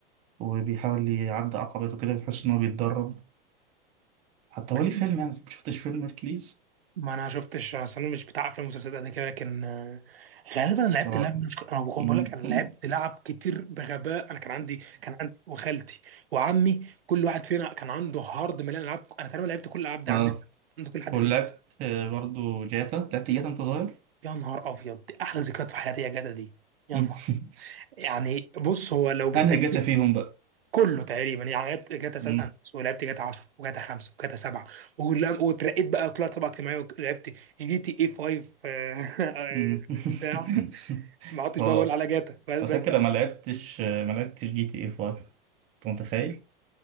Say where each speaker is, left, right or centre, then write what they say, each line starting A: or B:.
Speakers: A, on the right (about 25°); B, on the right (about 75°).
A: وبيحاول يعدي عقبات وكده بتحس إن هو بيتدرب حتى
B: غالبا
A: هو ليه فيلم يعني مشفتش فيلم هيركليز
B: ما انا شفتش اصل انا مش بتاع افلام ومسلسلات قد كده لكن آه، غالبا انا لعبت
A: ف-
B: اللعب مش انا بقول
A: م-
B: بقول لك انا لعبت لعب كتير بغباء انا كان عندي كان عندي وخالتي وعمي كل واحد فينا كان عنده هارد مليان العاب انا تقريبا لعبت كل الالعاب دي
A: ف-
B: عندنا
A: <laughs>
B: عند كل حد
A: ولعبت
B: فينا
A: آه، برضو جاتا لعبت جاتا أنت صغير
B: يا نهار ابيض دي احلى ذكريات في حياتي يا جدع دي يا
A: <laughs>
B: نهار يعني بص هو لو بالترتيب
A: أنهي جاتا فيهم
B: كله تقريبا يعني لعبت جاتا سان
A: بقى
B: اندريس ولعبت جاتا 10 وجاتا 5 وجاتا 7 ولم- واترقيت بقى وطلعت طبقه اجتماعيه ولعبت جي تي اي 5 آه، <laughs>
A: مم.
B: بتاع
A: <laughs>
B: ما عدتش
A: اه
B: بقى بقول على جاتا ب- ب-
A: أنا فاكر
B: ب-
A: ما لعبتش ما لعبتش جي تي اي 5 انت متخيل